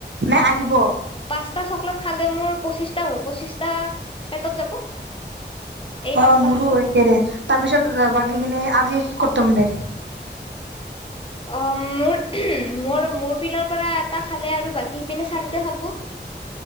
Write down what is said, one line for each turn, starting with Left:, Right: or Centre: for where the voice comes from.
Right: নে
Left: ',
Right: আহিব
Left: পাঁচটা চকলেট খালে মোৰ পঁচিছটা হব পঁচিছটা পেটত যাব। এই
Right: অহ
Left: পাঁচটা
Right: ', মোৰো
Left: খালে
Right: একেদিন তাৰপিছত বাকী খিনি আজি তম দে
Left: অ', মোৰ মোৰ- মোৰ পিলৰ পৰা টা খালে আৰু বাকী সিপিনে চাৰিটা। থাকব